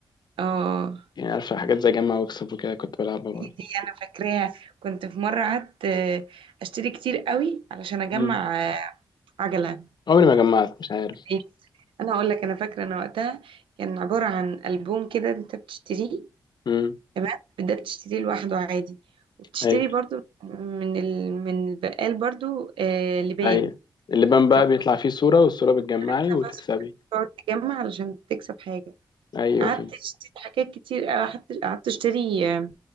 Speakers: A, on the right; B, on the left.
A: اه
B: يعني عارفه حاجات زي جمع واكسب وكده كنت بلعبها برضه
A: دي انا فاكراها كنت في مرة قعدت آه، اشتري كتير قوي علشان اجمع
B: مم.
A: آه، عجلة
B: عمري ما جمعت مش عارف
A: إيه، انا هقول لك انا فاكرة انا وقتها كان عبارة عن ألبوم كده انت بتشتريه
B: مم.
A: تمام ده بتشتريه لوحده عادي وبتشتري
B: ايوه
A: برضو من ال... من البقال برضو آه لبان
B: ايوه اللبان بقى
A: فكل
B: بيطلع فيه صوره والصوره بتجمعي
A: انا بخاف
B: وتكسبي
A: اسود تقعد تجمع علشان تكسب حاجة
B: ايوه
A: قعدت
B: فهمت
A: اشتري حاجات كتير آه، قعدت قعدت اشتري آه،